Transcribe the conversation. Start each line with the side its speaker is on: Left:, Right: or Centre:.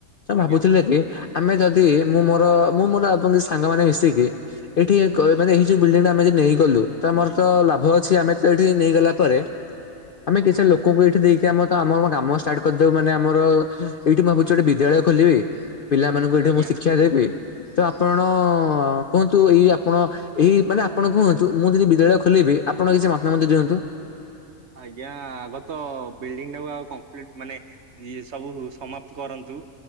Right: ଆଜ୍ଞା
Left: ଭାବୁଥିଲେ କି ଆମେ ଯଦି ମୁଁ ମୋର ମୁଁ ମୋର ଆପଣଙ୍କ ସାଙ୍ଗମାନେ ମିଶିକି ଏଇଠି କ
Right: ଆଜ୍ଞା
Left: ମାନେ ଏଇଯୋଉ ବିଲଡିଙ୍ଗଟା ଆମେ ଯଦି ନେଇଗଲୁ ତ ଆମର ତ ଲାଭ ଅଛି ଆମେ ତ ଏଇଠି ନେଇଗଲା ପରେ ଆମେ କିଛି
Right: ହଁ
Left: ଲୋକଙ୍କୁ ଏଇଠି ଦେଇକି ଏଠି ଆମ ତ ଆମ କାମ ଷ୍ଟାର୍ଟ କରିଦେବୁ ମାନେ ଆମର ଏଇଠି ମୁଁ ଭାବୁଛି ଗୋଟେ ବିଦ୍ୟାଳୟ ଖୋଲିବି। ପିଲାମାନଙ୍କୁ ଏଇଠି
Right: ଆଜ୍ଞା
Left: ମୁଁ ଶିକ୍ଷା ଦେବି ତ ଆପଣ କୁହନ୍ତୁ ଏଇ ଆପଣ ଏଇ ମାନେ ଆପଣ କୁହନ୍ତୁ ମୁଁ ଯଦି ବିଦ୍ୟାଳୟ ଖୋଲିବି ଆପଣ କିଛି ମତାମତ ଦିଅନ୍ତୁ।
Right: ଆଜ୍ଞା ଆଗ ତ ବିଲ୍ଡିଂ ଟାକୁ ଆଉ କମ୍ପ୍ଲିଟ ମାନେ ଇଏ ସବୁ ସମାପ୍ତ କରନ୍ତୁ।